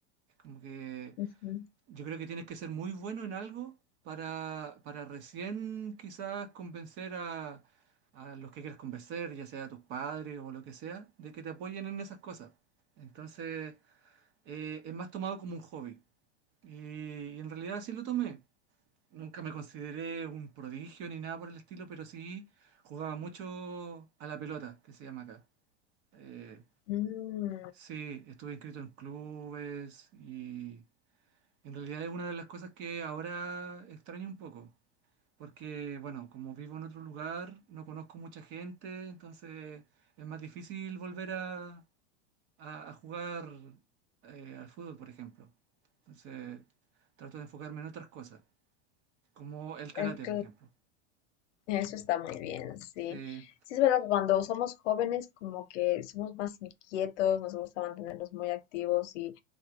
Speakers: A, on the right; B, on the left.
A: Es como que
B: Ujú.
A: yo creo que tienes que ser muy bueno en algo para, para recién quizás convencer a, a los que quieres convencer, ya sea a tus padres o lo que sea, de que te apoyen en esas cosas. Entonces eh, es más tomado como un hobby. Y, y en realidad sí lo tomé. Nunca me consideré un prodigio ni nada por el estilo, pero sí jugaba mucho a la pelota, que se llama acá. Eh,
B: Mm,
A: sí, estuve inscrito en clubes y en realidad es una de las cosas que ahora extraño un poco, porque bueno, como vivo en otro lugar, no conozco mucha gente, entonces es más difícil volver a, a- a jugar eh, al fútbol, por ejemplo. Entonces trato de enfocarme en otras cosas, como el karate,
B: eh, cl-
A: por ejemplo.
B: eso está muy bien, sí.
A: Sí.
B: Sí, es verdad que cuando somos jóvenes como que somos más inquietos, nos gusta mantenernos muy activos y